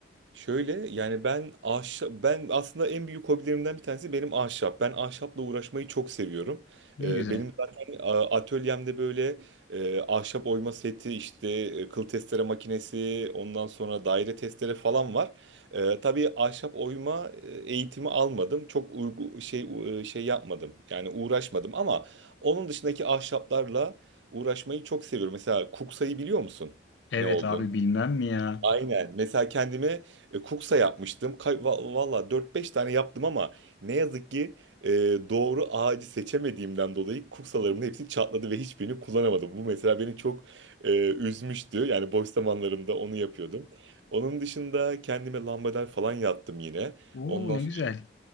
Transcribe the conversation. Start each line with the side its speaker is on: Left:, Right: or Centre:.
Right: Şöyle yani ben ahşap ben aslında en büyük hobilerimden bir tanesi benim ahşap. Ben ahşapla uğraşmayı çok seviyorum.
Left: ne
Right: Ee,
Left: güzel.
Right: benim zaten a- atölyemde böyle e, ahşap oyma seti işte e, kıl testere makinesi ondan sonra daire testere falan var. Ee, tabii ahşap oyma e, eğitimi almadım. Çok uygu şey u- e, şey yapmadım. Yani uğraşmadım ama onun dışındaki ahşaplarla uğraşmayı çok seviyorum. Mesela kuksayı biliyor musun?
Left: Evet
Right: Ne olduğunu?
Left: abi bilmem mi ya?
Right: Aynen. Mesela kendime e, kuksa yapmıştım. Kay va- valla 4-5 tane yaptım ama ne yazık ki e, doğru ağacı seçemediğimden dolayı kuksalarımın hepsi çatladı ve hiçbirini kullanamadım. Bu mesela beni çok e, üzmüştü. Yani boş zamanlarımda onu yapıyordum. Onun dışında kendime lambader falan yattım yine.
Left: Oo
Right: Ondan
Left: ne güzel.